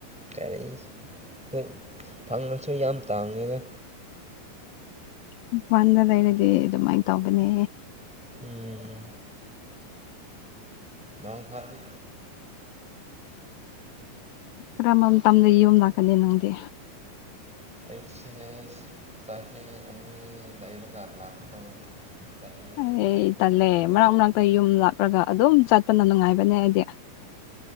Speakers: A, in the centre; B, on the left.
A: ꯀꯔꯤ ꯎꯝ ꯐꯪꯉꯁꯨ ꯌꯥꯝ ꯇꯥꯡꯉꯦꯅꯦ
B: ꯃꯄꯥꯟꯗ ꯂꯩꯔꯗꯤ ꯑꯗꯨꯃꯥꯏ ꯇꯧꯕꯅꯦ
A: ꯎꯝ ꯅꯣꯡ ꯐꯥꯟꯗꯤ <unintelligible>
B: ꯀꯔꯝꯕ ꯃꯇꯝꯗ ꯌꯨꯝ ꯂꯥꯛꯀꯅꯤ ꯅꯪꯗꯤ
A: ꯑꯩꯁꯦ ꯆꯍꯤ ꯑꯅꯤ ꯂꯩꯔꯒ ꯂꯥꯛꯀꯗꯧꯅꯤ ꯆꯍꯤ
B: ꯑꯩ
A: ꯑꯅꯤ ꯑꯃꯨꯛ
B: ꯇꯜꯂꯦ
A: ꯂꯩꯌꯦ
B: ꯃꯔꯛ ꯃꯔꯛꯇ ꯌꯨꯝ ꯂꯥꯛꯔꯒ ꯑꯗꯨꯝ ꯆꯠꯄꯅ ꯅꯨꯡꯉꯥꯏꯕꯅꯦ ꯑꯩꯗꯤ